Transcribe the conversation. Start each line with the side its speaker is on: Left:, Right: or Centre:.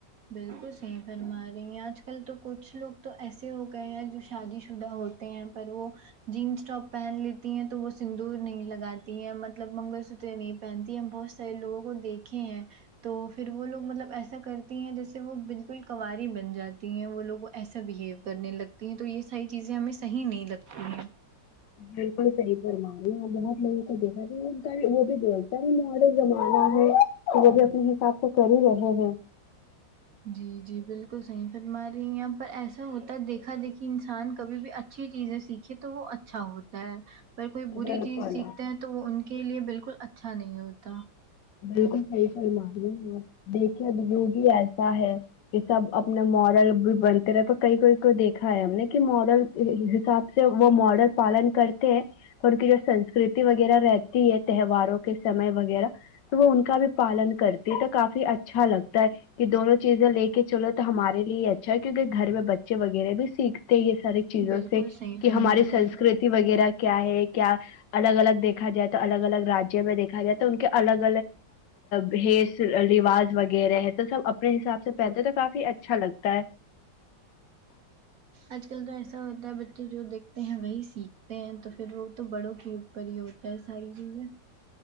Right: بالکل صحیح فرما رہی ہیں آج کل تو کچھ لوگ تو ایسے ہو گئے ہیں جو شادی شدہ ہو ہیں پر وہ جینس ٹاپ پہن لیتی ہیں تو وہ سندور نہیں لگاتی ہیں مطلب منگل سوتر نہیں پہنتی ہے ہم بہت سارے لوگوں کو دیکھے ہیں تو پھر وہ لوگ مطلب ایسا کرتے ہیں جیسے وہ بالکل کواری بن جاتی ہیں وہ لوگوں ایسا بہیو کرنے لگتے ہیں تو یہ ساری چیزیں ہمیں صحی نہیں لگتی ہیں
Left: بالکل صحیح فرما بہت میں نے کو دیکھا بھی وہ بھی بولتا بھی ماڈر زمانہ ہے وہ بھی اپنے حساب کو کر ہی رہے ہیں
Right: جی جی بالکل صحیح فرما رہی ہیں یہاں پر ایسا ہوتا ہے دیکھا دیکھی انسان کبھی بھی اچھی چیزیں سیکھیں تو وہ اچھا ہوتا ہے پر کوئی بری
Left: بالکل
Right: چیز سیکھتا ہیں تو وہ ان کے لیے بالکل اچھا نہیں ہوتا
Left: بالکل صحیح فرماے ہ دیکھے بجوگی ایسا ہے یہ سب اپنا ماڈل بھی بنتے رہے تو کئی کوئی کو دیکھا ہے ہم نے کہ ماڈل حساب سے وہ ماڈل پالن کرتے ہیں فرق یہ سنسکرتی وغیرہ رہتی ہے تہواروں کے سمے وغیرہ وہ ان کا بھی پالن کرتی ہے تو کافی اچھا لگتا ہے کہ دونوں چیزیں لے کے چلو تو ہمارے لیے ہی ا اچھا کیکہ گھر میں بچے وغیرہ بھی سیکھتے یہ ساری چیزوں
Right: بالکل
Left: سے
Right: صحیح
Left: کہ
Right: فرما
Left: ہماری سنسکرتی
Right: رہی ہیں آپ
Left: وغیرہ کیا ہے کیا الگ الگ دیکھا جائے تو الگ الگ رجیہوں میں دیکھا جائے تو ان کے الگ الگ بھیس رواج وغیرہ ہے تو سب اپنے حساب سے پہنتے تو کافی اچھا لگتا ہے
Right: آج کل تو ایسا ہوتا ہے بچے جو دیکھتے ہیں وہی سیکھتے ہیں تو پھر وہ تو بڑوں کی پر ہی ہوتا ساری چیزیں